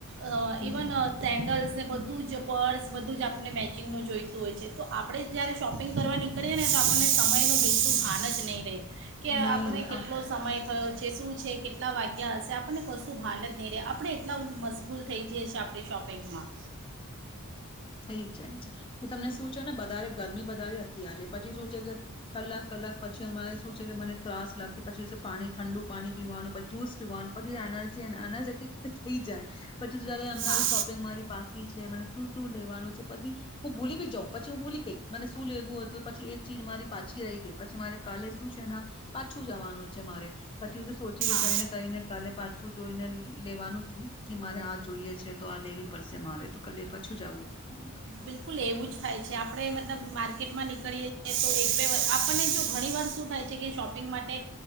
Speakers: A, on the right; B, on the left.
A: અ
B: હમ
A: ઇવન સેન્ડલ્સ બધું જ પર્સ બધું જ આપણને મેચિંગનું જોઈતું હોય છે તો આપણે જ જ્યારે શોપિંગ કરવા નીકળીએ ને તો આપણને સમયનો બિલકુલ ભાન જ નહીં રય. કે
B: નહી
A: આપણે
B: રે
A: કેટલો
B: આ
A: સમય થયો શું છે કેટલા વાગ્યા હશે આપણને કશું ભાન જ નહી ર આપણે એટલા મશબૂલ થઈ જઈએ છે આપણી શોપિંગમાં.
B: થઇ જ જાય છે, તમને શું છે ને વધારે ગરમી વધારે અત્યારે પછી શું છે કે કલાક કલાક પછી અમારે શું છે કે મને ત્રાસ લાગતી પછી પાણી ઠંડુ પાણી પીવાનું પછી જ્યુસ પીવાનું પછી એનર્જી ર્એનર્જેટિક થઈ જાય. હમં
A: હા
B: શોપિંગ મારી પા છે મને શું શું લેવાનું પછી, હું ભૂલી બી જાઉં પછી હું ભૂલી ગઈ મને શું લેવું હતું પછી એક ચીજ મારી પાછી રહી ગઈ પછી મારે કાલે શું છેને, પાછું જવાનું છે મારે પછી હું સોચી
A: હા
B: વિચારીને કરીને કાલે પાછું જોઈને લેવાનું છું, કે મારે આ જોઈએ છે તો આ લેવી પડશે મારે તો કલે છું જાઉં છું.
A: બિલકુલ એવું જ થાય છે આપડે મલબ માર્કેટમાં નીકળીએ છએ તો એક બે વર આપણને જો ઘણી વાર શું થાય છે કે શોપિંગ માટે,